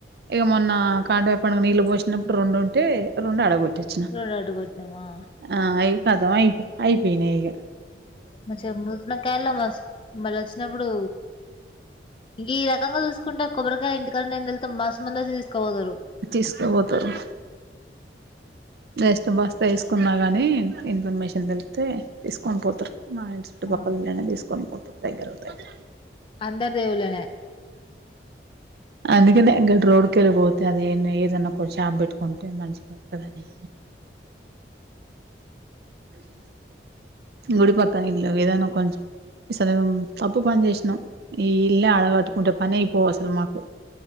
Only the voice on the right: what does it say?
ఇగ ఏమొన్న కాండవేయ్య పండుగకు నీళ్ళు పోసినప్పుడు రెండు ఉంటే రెండు అడగొట్ ట్లొచ్చిన
ఆ ఇగ కతం అయిపో అయిపోయినాయ్ ఇగ
తీసుకపోతారు బస్ట్ బాస్త వేసుకున్నా గాని ఇన్ఫర్మేషన్ తెలిస్తే తీసుకొని పోతారు మా ఇంటి చుట్టుపక్కల
ల్లోలైన తీసుకొని పోతారు దగ్గరోల్ దగ్గ
ఆ అందుకనే గట్ రోడ్కి వెళ్ళిపోతే అదిే ఏదన్నా ఒక షాప్ పెట్టుకుంటే మంచిగా ఉంటదని గుడి పక్కన ఇళ్ళు ఏదాన్న కొంచెం ఇసలు తప్పు పని చేసినాం ఈ ఇల్లే అడగట్టుకుంటే పని అయిపోవ్ అసలు మాకు